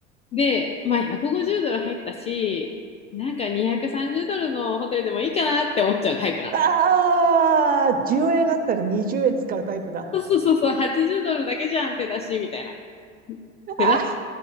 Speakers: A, on the left; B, on the right.
A: で、まあ150ドル入ったし、なんか230ドルのホテルでもいいかなって思っちゃうタイプなの。
B: ああ、10円あったら20円使うタイプだ。
A: そうそうそうそう、80ドルだけじゃん、手出し、みたいな。
B: あ
A: 手出し、